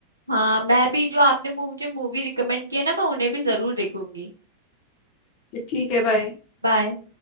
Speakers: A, on the right; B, on the left.
A: हाँ मैं भी जो आपने मुझे मूवी रिकमेंड किया ना मैं उन्हें भी जरूर देखूंगी
B: ठीक है बाय
A: बाय